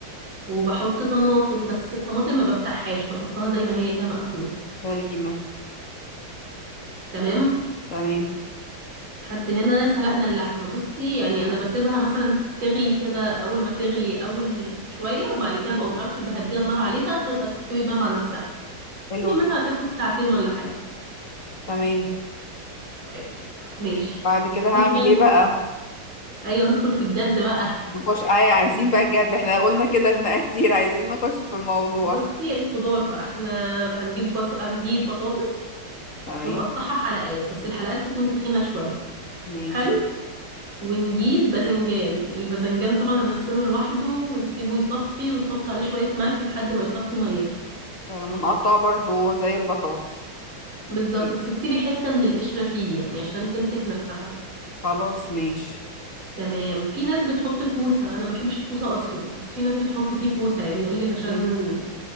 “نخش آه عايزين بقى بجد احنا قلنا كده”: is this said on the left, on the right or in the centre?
Left